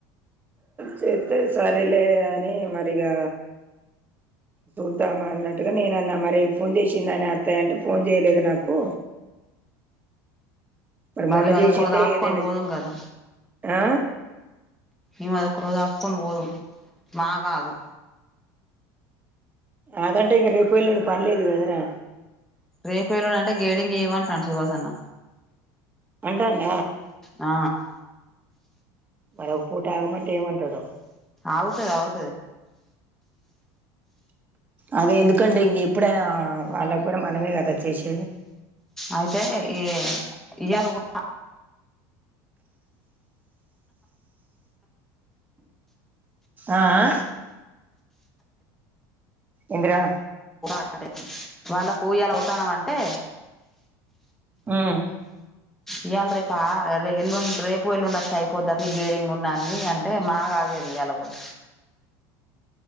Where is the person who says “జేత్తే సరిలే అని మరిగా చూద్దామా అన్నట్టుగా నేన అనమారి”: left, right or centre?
Right